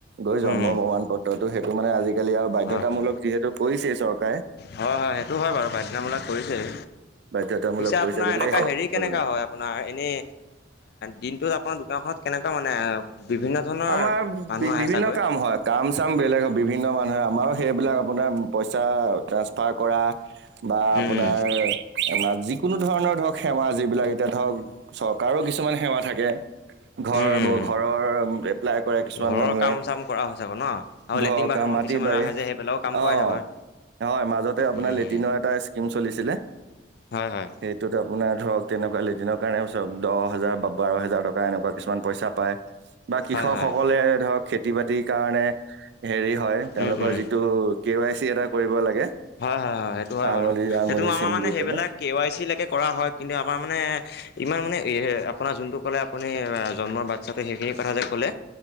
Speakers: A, on the right; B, on the left.
A: গৈ
B: উম
A: জন্ম
B: উম
A: প্ৰমাণ পত্ৰ তো সেইটো মানে আজিকালি আৰু বাধ্যতামূলক
B: হয় হয়
A: যিহেতু কৰিছেই চৰকাৰে।
B: হয় হয় সেইটো হয় বাৰু বাইধতামূলক কৰিছেই
A: বাধ্যতামূলক
B: পিছে
A: কৰিছে
B: আপোনাৰ
A: গতিকে
B: এনেকুৱা
A: সেই
B: হেৰি কেনেকুৱা হয়। আপোনাৰ এনেই দিনটোত আপোনাৰ দোকানখনত কেনেকুৱা মানে বিভিন্ন, ধৰণৰ
A: আমাৰ
B: মানুহ
A: বি
B: আহে
A: বিভিন্ন
B: চাগৈ
A: কাম হয়ক কাম চাম বেলেগ বিভিন্ন মানুহে আমাৰো সেইবিলাক আপোনাৰ পইচা ট্ৰেঞ্চপাৰ কৰা বা আপোনাৰ
B: উম
A: আমাৰ যিকোনো ধৰণৰ ধৰক সেৱা যিবিলাক এতিয়া ধৰক চৰকাৰো কিছুমান সেৱা থাকে ঘৰ
B: উম উম
A: ঘৰৰ এপ্লাই কৰে কিছুমান
B: ঘৰৰ
A: মানুহে
B: কাম চাম কৰা হয় চাগৈ ন আৰু
A: ঘৰকা
B: লেট্ৰিন বাথৰুমত
A: মাটি
B: কিছুমান
A: বাৰী
B: আহে যে সেই পেলাইও কাম
A: অ
B: কৰাই চাগৈ
A: হয় মাজতে আপোনাৰ
B: উম
A: লেট্ৰিনৰ এটা স্কীম চলিছিলে।
B: হয় হয়
A: সেইটোত আপোনাৰ ধৰক তেনেকুৱা লেট্ৰিনৰ কাৰণে চক দহ হেজাৰ বা বাৰ হেজাৰ টকা এনেকুৱা কিছুমান পইচা পায় বা কৃষকসকলে
B: হয় হয়
A: ধৰক খেতি বাতিৰ কাৰণে হেৰি হয় তেওঁলোকৰ
B: উম উম
A: যিটো কে ৱাই চি এটা কৰিব লাগে।
B: হয় হয় হয় সেইটো হয়
A: আঙুলি
B: বাৰু
A: আঙুলি
B: সেইটো আমাৰ
A: চিন
B: মানে
A: দি
B: সেইবিলাক
A: পেলাই
B: কে ৱাই চি লৈকে কৰা হয় কিন্তু আমাৰ মানে ইমান মানে এ আপোনাৰ যোনটো ক'লে আপুনি জন্মৰ বাচ্ছাটো সেইখিনি কথা যে ক'লে